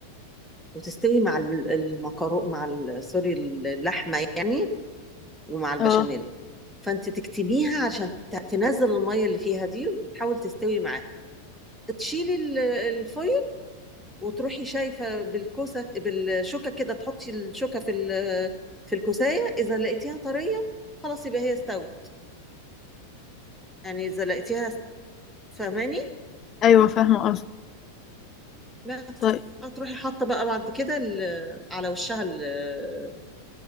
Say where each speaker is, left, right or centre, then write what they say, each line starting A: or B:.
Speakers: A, in the centre; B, on the left.
A: وتستوي مع الم- المكرو مع ال... سوري اللحمة يعني ومع البشاميل
B: اه
A: فانت تكتميها عشان ت- تنزل المية اللي فيها دي وتحاول تستوي معاها تشيلي ال- الفويل وتروحي شايفة بالكوسة بالشوكة كده تحطي الشوكة في ال... في الكوساية إذا لقيتيها طرية خلاص يبقى هي استوت يعني إذا لقيتيها فاهماني
B: ايوه فاهمه قصدي
A: بس
B: طيب
A: هتروحي حاطه بقى بعد كده ال- على وشها ال-